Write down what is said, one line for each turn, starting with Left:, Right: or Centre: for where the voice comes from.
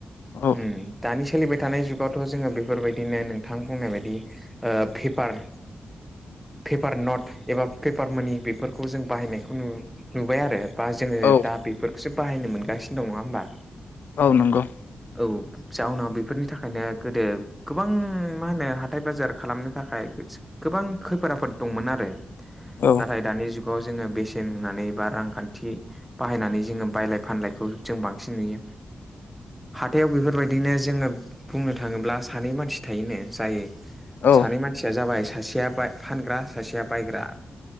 Left: औ
Centre: उम दानि सोलिबाय थानाय जुगावथ' जोङो बेफोरबायदिनो नोंथां बुंनाय बायदि ओ फेपार फेपार नट एबा फेपार मानि बेफोरखौ जों बाहायनायखौ नु नुबाय आरो बा जोङो
Left: औ
Centre: दा बेफोरखौसो बाहायनो मोनगासिनो दं नङा होमबा?
Left: नोंगौ।
Centre: औ। जाउनाव बेफोरनि थाखायनो गोदो गोबां मा होनो हाथाय बाजार खालामनो थाखाय गोबां खैफोद आफोद दंमोन आरो।
Left: औ
Centre: नाथाय दानि जुगाव जोङो बेसेन होनानै बा रांखान्थि बाहायनानै जोङो बायलाय फानलायखौ जों बांसिन नुयो। हाथायाव बेफोरबायदिनो जोङो बुंनो थाङोब्ला सानै मानसि थायोनो जाय
Left: औ
Centre: सानै मानसिया जाबाय सासेया बा फानग्रा सासेया बायग्रा